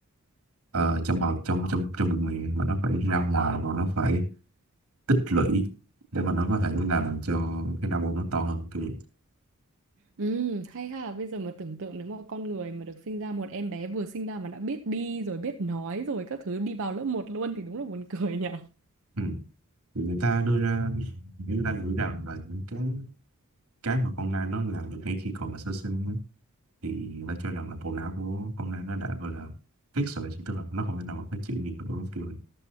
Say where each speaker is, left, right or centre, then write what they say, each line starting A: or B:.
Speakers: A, on the right; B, on the right.
A: ờ, trong bào trong trong trong bụng miệng mà nó phải ra ngoài và nó phải tích lũy để mà nó có thể là làm cho cái não bộ nó to hơn kiểu vậy.
B: Ừ, hay ha, bây giờ mà tưởng tượng nếu mà con người mà được sinh ra một em bé vừa sinh ra mà đã biết đi rồi biết nói rồi các thứ đi vào lớp một luôn thì đúng là buồn cười nhỉ.
A: ừ. thì người ta đưa ra người ta nghĩ rằng là những cái cái mà con nai nó làm được ngay khi còn là sơ sinh ấy, thì người ta cho rằng là bộ não của con nai nó đã gọi là fix rồi chỉ tức là nó không phải là một cái chữ nghiệp của nó kiểu này.